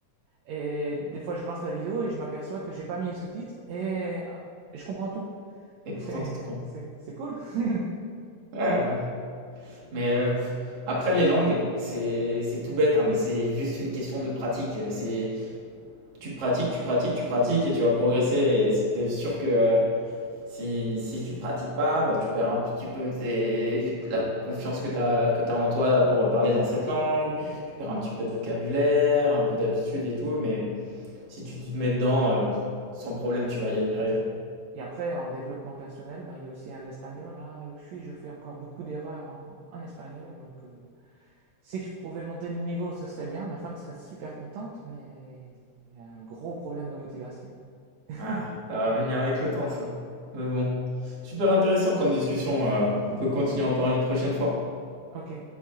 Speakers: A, on the right (about 75°); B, on the right (about 55°).
A: Et des fois, je lance la vidéo et je m'aperçois que j'ai pas mis les sous-titres et, ah, et je comprends tout.
B: Et
A: Donc,
B: pourtant,
A: c'est,
B: t'es tout
A: <laughs>
B: con.
A: c'est, c'est cool. <laughs>
B: Ouais, voilà. Mais euh, pff, après, les langues, c'est c'est tout bête, hein, mais c'est juste une question de pratique. Euh, C'est tu pratiques, tu pratiques, tu pratiques et tu vas progresser. Et c'est sûr que euh, Si, si tu pratiques pas, bah, tu perds un petit peu tes- la confiance que tu as, que tu en toi pour parler dans cette langue, tu perds un petit peu de vocabulaire, un peu d'habitude et tout, mais si tu te mets dedans, euh, sans problème, tu vas y arriver.
A: Et après, en développement personnel, bah, il y a aussi hein, l'espagnol. hein. Là où je suis, je fais encore beaucoup d'erreurs en, en espagnol. Donc, euh, si je pouvais monter le niveau, ce serait bien. Ma femme serait super contente, mais il y a un gros problème de motivation. hein.
B: Ah, ça va venir avec le temps, ça. Mais bon, super intéressant comme discussion, euh, on peut continuer à en parler une prochaine fois.
A: <laughs> Ok.